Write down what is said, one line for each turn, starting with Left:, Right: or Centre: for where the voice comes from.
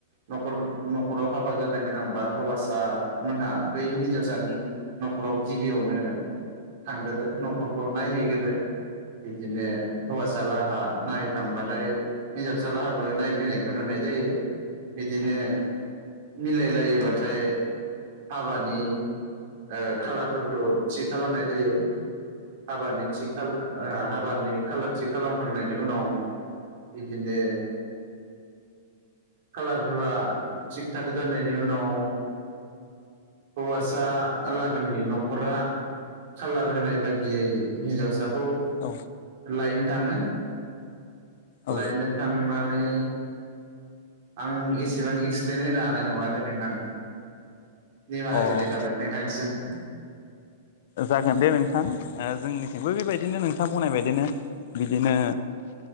Right: नख न'खराव हाबा जानो गोनांबा हौवासा मोनहा बै हिन्जावसानि नख खराव गिबियावनो थांगोरो न'खरखौ नायहैगोरो। बिदिनो हौवासालाहा नायहैखांबाथाय हिनजावसाला हाब बो नायफैनायखौ नुनाय जायो बिदिनो मिलायलायोबाथाय हाबानि ओ खालारफोरखौ थि खालामनाय जायो। हाबानि थि खालार ओ हाबानि खालार थि खालामखांनायनि उनाव बिदिनो कालारफोरा थिग थाक जानायनि उनाव हौवासा लागोनि न'खरा खाालार होनाय बायदियै हिन्जावसा खौ
Left: औ
Right: लायनो थाङो
Left: औ
Right: लायनो थांना नै आं एसेबां एक्सप्लयेन होनो हानाय नंला दै नोंथां। निमाहा
Left: अ
Right: बिनाय थाबाय नोंथांनिसिम।
Left: जागोन दे नोंथां ओ जोंनिथिंबो बेबायदिनो नोंथां बुंनायबायदिनो। बिदिनो